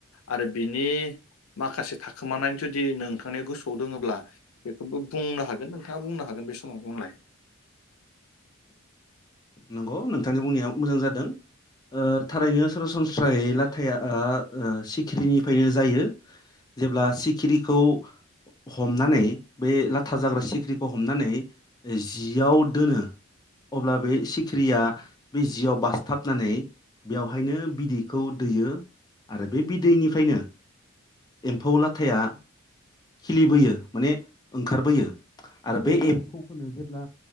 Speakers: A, on the left; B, on the left.
A: आरो बिनि माखासे थाखोमानाय जुदि नोंथांनि गोसोआव दोङोब्ला बेखौबो बुंनो हागोन नोंथाङा बुंनो हागोन बे समाव बुंलाय।
B: नंगौ नोंथांनि बुंनाया मोजां जादों। ओ थारैनो सरासनस्रायै लाथाया ओ ओ सिखिरिनिफायनो जायो जेब्ला सि खिरिखौ हमनानै बे लाथा जाग्रा सिख्रिखौ हमनानै जियाव दोनो अब्ला बे सिखिरिया बे जियाव बास्थाबनानै बेवहायनो बिदैखौ दैयो आरो बे बिदैनिफ्रायनो एम्फौ लाथाया खिलिबोयो माने ओंखारबोयो आरो बे एम्फौखौनो जेब्ला